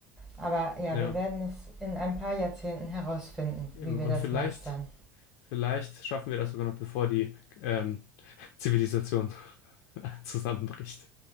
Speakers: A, in the centre; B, on the left.
A: Aber ja,
B: Ja,
A: wir werden es in ein paar Jahrzehnten herausfinden,
B: eben.
A: wie wir
B: Und
A: das
B: vielleicht.
A: meistern.
B: Vielleicht schaffen wir das sogar noch, bevor die ähm, Zivilisation <laughs> zusammenbricht.